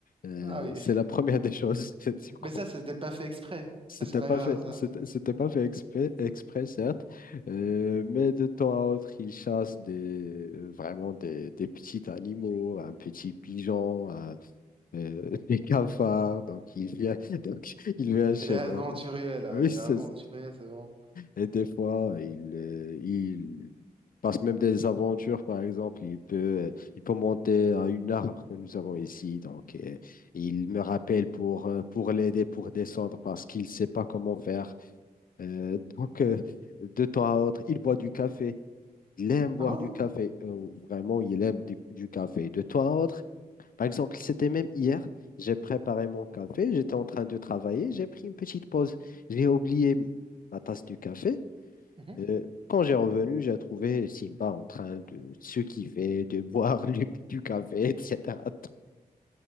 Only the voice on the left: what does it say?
Euh,
c'est la première des choses, <laughs>
du coup.
C'était
pas
fait,
c'était c'était pas fait exprès, exprès certes, euh, mais de temps à autre, ils chassent des, euh, vraiment des, des petits animaux, un petit pigeon, un- euh, <laughs> des cafards, donc il vient <laughs> donc il vient chez
moi. de- <laughs>
Oui,
c'est
ça.
et des fois, il, euh, il passe même des aventures, par exemple. Il peut, euh, il peut monter à une arbre que nous avons ici. Donc, euh, il me rappelle pour, euh, pour l'aider pour descendre parce qu'il ne sait pas comment faire. Euh, donc, euh, de temps à autre, il boit du café. Il aime boire
du café. Euh, vraiment, il aime du, du café. De temps à autre, par exemple, c'était même hier, j'ai préparé mon café, j'étais en train de travailler, j'ai pris une petite pause. J'ai oublié ma tasse du café.
Euh, quand j'ai revenu, j'ai trouvé Simba en train de se kiffer, de <laughs> boire du, du café, etc. <laughs>